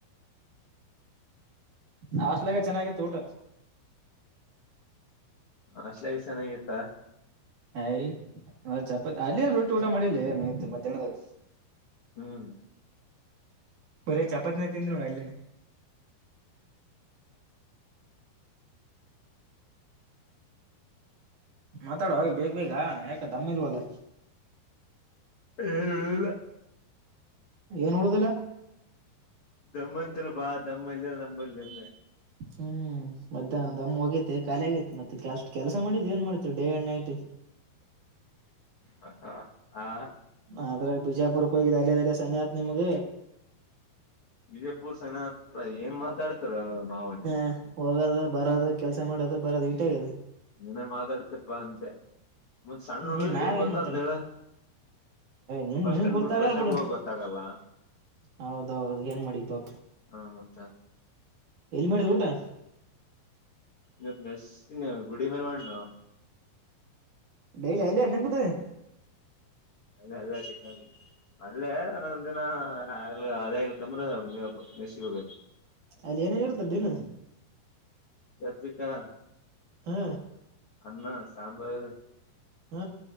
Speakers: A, on the right; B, on the left.
A: ಹಾಸ್ಟಲಾಗ್ ಚೆನ್ನಾಗಿತ್ತ ಊಟ
B: ಹಾಸ್ಟೆಲಾಗೆ ಚೆನ್ನಾಗಿತ್ತಾ
A: ಅಯ್ ಚಪಾತಿ ಅಲ್ಲೆನ್ ರೊಟ್ಟಿ ಊಟ ಮಾಡಿಲ್ಲೆ ಎ ಮಧ್ಯಾಹ್ನದಾಗ
B: ಹ್ಮ್
A: ಬರೇ ಚಪಾತಿನೇ ತಿಂದಿ ನೋಡ ಅಲ್ಲಿ ಮಾತಾಡೊ ಎ ಬೇಗ್ ಬೇಗ ಯಾಕ ದಮ್ಮ ಇಲ್ವಲ್ಲ
B: ಏನ ಹೇಳುದಿಲ್ಲ
A: ಏನ್ ಉಳದಿಲ್ಲ
B: ದಮ್ಮಂತಿಲ್ಲ ಪಾ ದಮ್ಮ ಇಲ್ಲ ನಮ್ಮ ಬಲ್ಲಿ ಅಂದೆ
A: ಹ್ಮ್ ಮಧ್ಯಾಹ್ನ ದಮ್ಮ ಹೋಗೇತೆ ಖಾಲಿ ಆಗೇತಿ ಮತ್ತ ಅಷ್ಟ್ ಕೆಲಸ ಮಾಡಿದ್ ಏನ್ ಮಾಡತಿ ಡೇ ಅಂಡ್ ನೈಟ್
B: ಹ ಹಾ
A: ಆದ್ರ ಬಿಜಾಪುರಕ್ಕ ಹೋಗಿದ್ದ ಅಲ್ಲಿದಲ್ಲೇ ಸನೆ ಆತ್ ನಿಮ್ಗ
B: ವಿಜಯಪುರ್ ಸನೆ ಆತದ ಏನ್ ಮಾತಾಡ್ತಿರೋ ಮಾವ ನಿವ
A: ಹ ಹೋಗದು ಬರದು ಕೆಲ್ಸ ಮಾಡೋದು ಬರದು ಇಟೇ ಆಗೇದ
B: ನೀನೇ ಮಾತಾಡ್ತಿರಪ್ಪಾ ಅಂತೆ ಮತ್ ಸಣ್ಣ ಹುಡುಗರ್ಗ್
A: ಈ ನಾವೇನ್
B: ಏನ್ ಗೊತ್ತಾತದ
A: ಮಾತಾಡ
B: ಹೇಳ
A: ನಿನ್
B: ಬಸ್
A: ನಿನಗ್
B: ಸ್ಟ್ಯಾಂಡ್
A: ಗುರ್ತಾಗಲ್
B: ಬುಟ್ಟ ಬಸ್ ಸ್ಟ್ಯಾಂಡ್ಗೆ
A: ಬಿಡು
B: ಹೋಗದ ಗೊತ್ತಾಗಲ್ಲ.
A: ಹೌದೌದು ಏನ್ ಮಾಡಿ ಪಾಪ
B: ಹಾ ಮತ್ತ.
A: ಎಲ್ಲ ಮಾಡಿ ಊಟಾ.
B: ಇವತ್ ಮೆಸ್ಸನ್ಯಾಗ ನೀ ಗುಡಿ ಮ್ಯಾಲ ಮಾಡಿನೋ.
A: ಡೆಲಿ ಅಲ್ಲೆ ಏನ್ ನಿಮ್ದು
B: ಅಲ್ಲೇ ಅಲ್ಲೇ ಚಿಕನ್. ಅಲ್ಲೇ ಒಂದಂದ ದಿನ ಅಲ್ಲೇ ಹಾದ್ಯಾಗೆಲ್ಲ ತಿಂದ್ರ ಮೆಸ್ಸಿಗ್ ಹೋಗಲ್ಲ
A: ಅಲ್ಲಿ ಏನೇನ್ ಇರತ್ತ್ ಡಿನ
B: ಚತ್ರಿಕಾ
A: ಹ್ಮ
B: ಅನ್ನ ಸಾಂಬಾರ್
A: ಹ